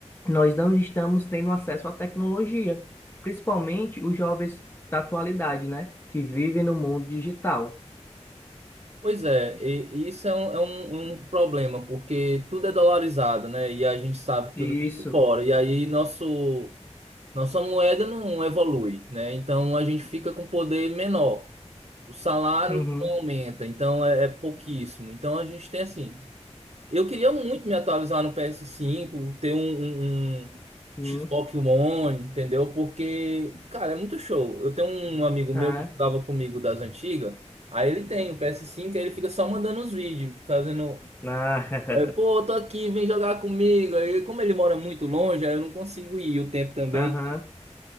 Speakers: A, on the left; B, on the right.
A: Nós não estamos tendo acesso à tecnologia, principalmente os jovens da atualidade, né? Que vivem no mundo digital.
B: Pois é, e e isso é um, é um, um problema, porque tudo é dolarizado, né? E a gente sabe que
A: Isso.
B: tudo vem de fora. E aí nosso, nossa moeda não evolui, né? Então a gente fica com poder menor. O salário
A: Uhum.
B: não aumenta, então é, é pouquíssimo. Então a gente tem assim. Eu queria muito me atualizar no PS5, ter um, um, um
A: Sim.
B: Xbox One, entendeu? Porque, cara, é muito show. Eu tenho um amigo meu
A: Ah.
B: que jogava comigo das antigas, aí ele tem o PS5, aí ele fica só mandando os vídeos, fazendo.
A: Ah.
B: é, Pô, eu tô aqui, vem jogar comigo. Aí, como ele mora muito longe, aí eu não consigo ir o tempo também.
A: <laughs> Aham.